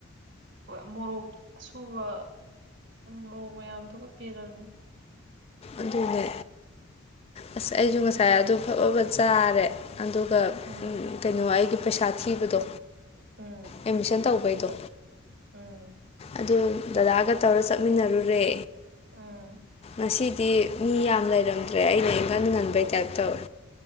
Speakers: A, on the right; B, on the left.
A: ꯍꯣꯏ ꯃꯣꯔꯣꯛ ꯑꯁꯨꯕ ꯃꯣꯔꯣꯛ ꯃꯌꯥꯝꯗꯨꯒ ꯄꯦꯜꯂꯕꯅꯤ
B: ꯑꯗꯨꯅꯦ ꯑꯁ ꯑꯩꯖꯨ ꯉꯁꯥꯏ ꯑꯗꯨ ꯐꯥꯕꯥ ꯕꯠ ꯆꯥꯔꯦ ꯑꯗꯨꯒ
A: ꯎꯝ
B: ꯀꯩꯅꯣ ꯑꯩꯒꯤ ꯄꯩꯁꯥ ꯊꯤꯕꯗꯣ
A: ꯎꯝ
B: ꯑꯦꯠꯃꯤꯁꯟ ꯇꯧꯕꯩꯗꯣ
A: ꯎꯝ
B: ꯑꯗꯨ ꯗꯗꯥꯒ ꯇꯧꯔ ꯆꯠꯃꯤꯟꯅꯔꯨꯔꯦ
A: ꯎꯝ
B: ꯉꯁꯤꯗꯤ ꯃꯤ ꯌꯥꯝ ꯂꯩꯔꯝꯗ꯭ꯔꯦ ꯑꯩꯅ ꯉꯟ ꯉꯟꯕꯩ ꯇꯥꯏꯞ ꯇꯧꯋꯦ